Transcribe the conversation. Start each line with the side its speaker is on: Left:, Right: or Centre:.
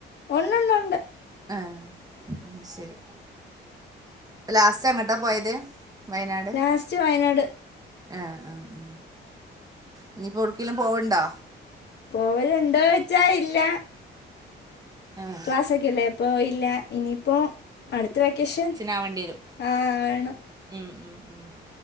Left: ഉണ്ട് ണ്ട് ഉണ്ട്-
Right: എഹ് ആഹ് ശരി. പ ലാസ്റ്റ് എങ്ങട്ടാ പോയത് വയനാട്-
Left: ലാസ്റ്റ് വയനാട്
Right: എഹ് ഉം ഉം ഇനിയിപ്പോ എവിടേക്കെങ്കിലു പോവ്ണ്ടോ?
Left: പോവലണ്ടോയ്ച്ച ഇല്ല.
Right: ആഹ്
Left: ക്ലാസ് ഒക്കെല്ലേ അപ്പോ ഇല്ല ഇനിയിപ്പോ അടുത്ത വെക്കേഷൻ.
Right: ആവണ്ടെരു
Left: ആഹ് വേണം
Right: ഉം ഉം ഉം